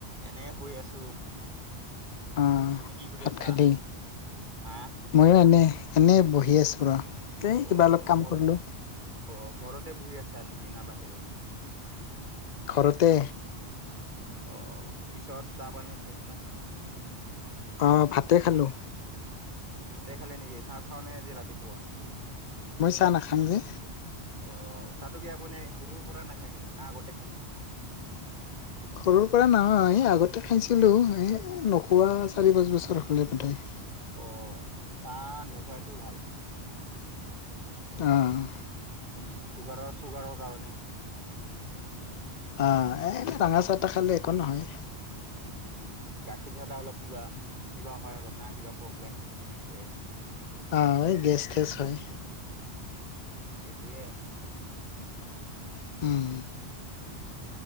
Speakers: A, on the right; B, on the left.
A: এনে শুই আছোঁ।
B: আহ
A: তুমি কি কৰি
B: ভাত
A: আছা?
B: খালি
A: হা
B: ময়ো এনে- এনেই বহি আছোঁ ৰ'। এই
A: অ'
B: কিবা অলপ কাম
A: ক'ত-
B: কৰিলো
A: অ' ঘৰতে বহি আছ ছা নেকি না বাহিৰত?
B: ঘৰতে।
A: অ' পিছত চাহপানী খাইছা না খাৱা নাই?
B: অ' ভাতে খালোঁ।
A: অ ভাতে খালি নেকি? চাহ খাওঁ নাই আজি ৰাতিপুৱা?
B: মই চাহ নাখাম যে
A: অ' চাহটো কি আপুনি সৰুৰ পৰা নাখায় নেকি? না আগতে খাইছিল?
B: সৰুৰ পৰা নহয়। আগতে খাইছিলোঁ। এই নোখোৱা চাৰি-পাঁচ বছৰ হ'লে বোধহয়।
A: অ' চাহ নোখোৱাইটো ভাল।
B: অ'।
A: উম, চুগাৰৰ- চুগাৰৰ কাৰণে।
B: অহ এ ৰঙা চাহটা খালে একো নহয়
A: উম উম উম গাখীৰ চাহতা অলপ কিবা কিবা হয় অলপ না কিবা প্ৰব্লেম দে।
B: আহ ঐ গেছ থেচ হয়।
A: টোৱে
B: উম